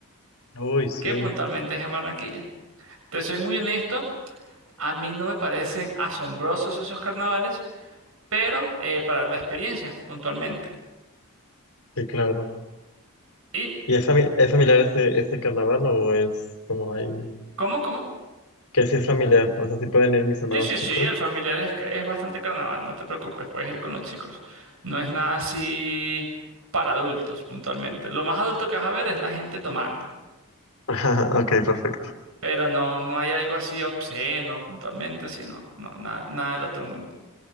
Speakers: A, on the left (about 75°); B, on the right (about 65°).
A: Uy, sí,
B: que puntualmente es en Barranquilla. Te soy muy honesto, a mí no me parecen asombrosos esos carnavales pero eh, para la experiencia, puntualmente.
A: sí, claro.
B: ¿Y
A: ¿Y es, fami- es familiar ese, ese carnaval o es como ahí?
B: cómo, cómo?
A: Que sí es familiar, o sea, sí pueden ir mis hermanos
B: Sí, sí, sí,
A: chicos.
B: el familiar es, ca- es bastante carnaval, no te preocupes, puedes ir con los chicos. No es nada así para adultos, puntualmente. Lo más adulto que vas a ver es la gente tomando,
A: <laughs> Ajá, ok, perfecto.
B: pero no, no hay algo así obsceno, puntualmente, sí, no, no, nada, nada del otro mundo.